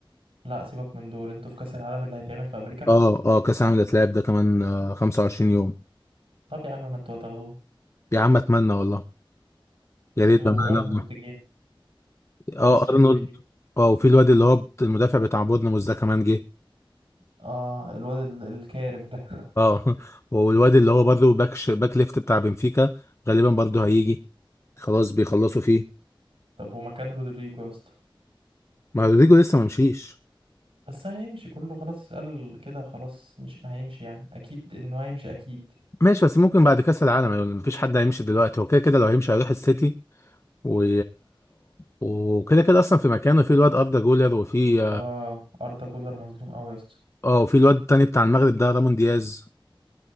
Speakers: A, on the right; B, on the left.
A: لا سيبك من دول انتوا في كأس العالم اللي هيتعمل في أمريكا
B: اه اه كاس عالم الاتلعاب ده كمان آه، 25 يوم
A: طب يا عم ما انتوا هتاخدوه
B: يا عم اتمنى والله
A: انتوا
B: يا ريت بقى
A: أرنولد
B: ناخده
A: جه
B: اه
A: فاسكيز
B: ارنولد
A: مشي
B: اه وفي الواد اللي هو بت- المدافع بتاع بورنموث ده كمان جه
A: اه الواد ال- الكارف ده <laughs>
B: اه <laughs> والواد اللي هو برضه باك ش... باك ليفت بتاع بنفيكا غالبا برضه هيجي خلاص بيخلصوا فيه
A: طب ومكان رودريجو يا اسطى
B: ما رودريجو لسه ما مشيش
A: بس هيمشي كله خلاص قال كده خلاص مش هيمشي يعني اكيد انه هيمشي اكيد
B: ماشي بس ممكن بعد كاس العالم يعني مفيش حد هيمشي دلوقتي هو كده كده لو هيمشي هيروح السيتي و... وكده كده اصلا في مكانه في الواد اردا جولر وفي
A: اه اردا جولر مظلوم قوي يا اسطى
B: اه وفي الواد التاني بتاع المغرب ده رامون دياز